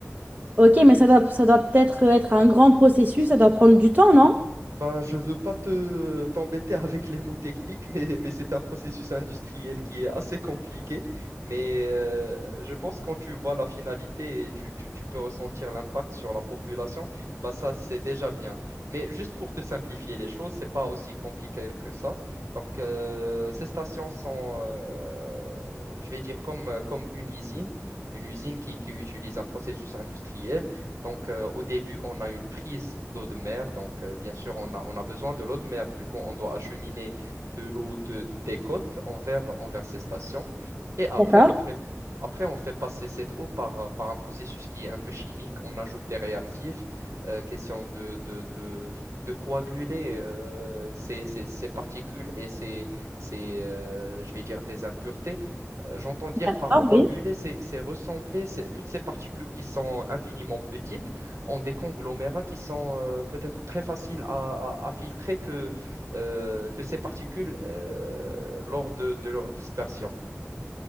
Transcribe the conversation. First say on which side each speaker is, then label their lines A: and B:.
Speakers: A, on the right; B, on the right.
A: Ok, mais ça doit, ça doit peut-être être un grand processus, ça doit prendre du temps, non?
B: Bah, je veux pas te t'embêter <laughs> avec les mots techniques, mais, mais c'est un processus industriel qui est assez compliqué. Mais euh, je pense quand tu vois la finalité et tu, tu- tu peux ressentir l'impact sur la population, bah ça c'est déjà bien. Mais juste pour te simplifier les choses, c'est pas aussi compliqué que ça. Donc euh, ces stations sont, euh, je vais dire comme comme une usine, une usine qui qui utilise un processus industriel. Donc, euh, au début, on a une prise d'eau de mer. Donc, euh, bien sûr, on a, on a besoin de l'eau de mer. Du coup, on doit acheminer de l'eau de, des côtes envers, envers ces stations. Et après,
A: D'accord.
B: on fait, après, on fait passer cette eau par, euh, par un processus qui est un peu chimique. On ajoute des réactifs, euh, question de, de, de, de coaguler euh, ces, ces, ces particules et ces, ces euh, je vais dire, des impuretés. Euh, J'entends dire
A: D'accord,
B: par coaguler,
A: oui.
B: c'est c'est ressembler c'est- toutes ces particules qui sont infiniment petites en des conglomérats qui sont euh, peut-être très faciles à, à- à filtrer que, euh, que ces particules euh, lors de de leur dispersion.